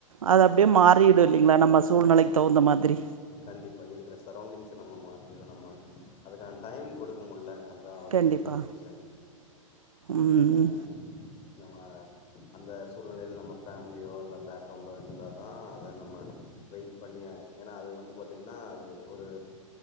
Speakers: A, on the right; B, on the left.
A: அது அப்டியே மாறிடு இல்லங்களா நம்ம சூழ்நிலைக்கு
B: ஆ
A: தகுந்த மாதிரி
B: கண்டிப்பா இருக்கிற சரௌண்டிங்ஸ நம்ம மாத்திரு நம்ம அதுக்கான டைம் கொடுக்க முல்ல அதுதா ஒரு
A: கண்டிப்பா
B: பெரிய எடிஷன்
A: ம்
B: அதா நம்ம அந்த சூழ்நிலையில நம்ம ஃபேமிலியோ அல்ல பேக்ரவுண்டோ இருந்தாதா அத நம்ம வெயிட் பண்ணிய ஏன்னா அது வந்து பாத்தீங்கன்னா அது ஒரு